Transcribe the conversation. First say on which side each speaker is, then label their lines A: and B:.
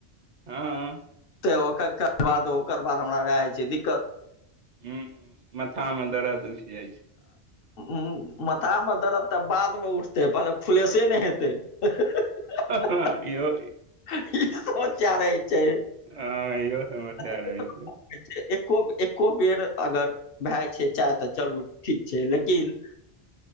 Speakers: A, on the right; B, on the left.
A: हाँ
B: कै ओकर कहे बादो ओकर बाद हमरा भाए जाय छै दिक्कत।
A: हूँ माथामे दरद उठि जाय छैय।
B: उं उं माथा मे दरद तऽ बाद मे उठतै मतलब फुलेसे ने हेतै हं हं ह
A: हँ इहो
B: हेऽअ हीं हीं हां होशियार होय छैय
A: हँ इहो समस्या
B: हेऽअ
A: रहै छै
B: एको एक ओ बेर अगर भाय छै चाय तऽ चलू ठीक। छै लेकिन